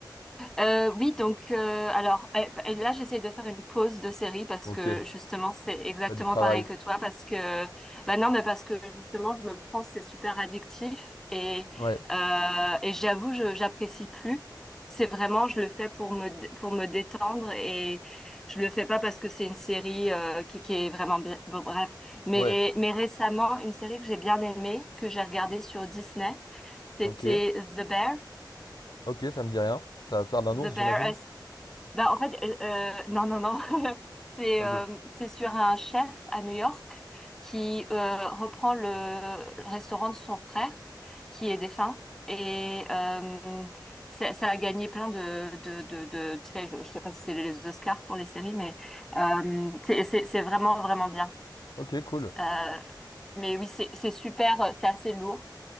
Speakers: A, in the centre; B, on the left (about 65°).
A: Euh, oui, donc euh, alors euh, et là j'essaie de faire une pause de série parce
B: Ok,
A: que justement c'est exactement
B: t'as du travail.
A: pareil que toi parce que bah non mais parce que justement je me prends c'est super addictif et
B: Ouais,
A: euh, et j'avoue je j'apprécie plus. C'est vraiment je le fais pour me dé- pour me détendre et je le fais pas parce que c'est une série euh, qui, qui est vraiment bien. Bon, bref, mais
B: ouais,
A: mais récemment une série que j'ai bien aimée que j'ai regardée sur Disney, c'était
B: ok.
A: The Bear.
B: Ok, ça me dit rien. Ça va faire d'un
A: The
B: ours,
A: Bear,
B: j'imagine?
A: bah, en fait, euh, euh, non, non, non. <laughs> C'est
B: Ok.
A: euh, c'est sur un chef à New York qui euh, reprend le le restaurant de son frère qui est défunt. Et euh, ça, ça a gagné plein de, de, de, de- tu sais, je, je sais pas si c'est les Oscars pour les séries, mais euh, c'est c'est- c'est vraiment, vraiment bien.
B: Ok, cool.
A: Euh, mais oui, c'est c'est super, euh, c'est assez lourd.